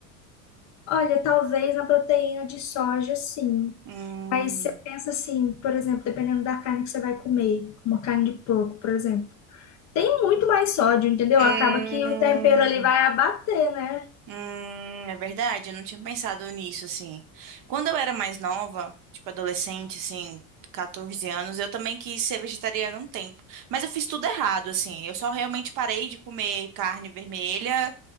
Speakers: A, on the left (about 40°); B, on the right (about 45°).
A: Olha, talvez na proteína de soja, sim.
B: Hum.
A: Mas você pensa assim, por exemplo, dependendo da carne que você vai comer, uma carne de porco, por exemplo, tem muito mais sódio, entendeu?
B: Hum,
A: Acaba que o tempero ali vai abater, né?
B: hum, é verdade, eu não tinha pensado nisso, assim. Quando eu era mais nova, tipo adolescente, assim, 14 anos, eu também quis ser vegetariana um tempo. Mas eu fiz tudo errado, assim. Eu só realmente parei de comer carne vermelha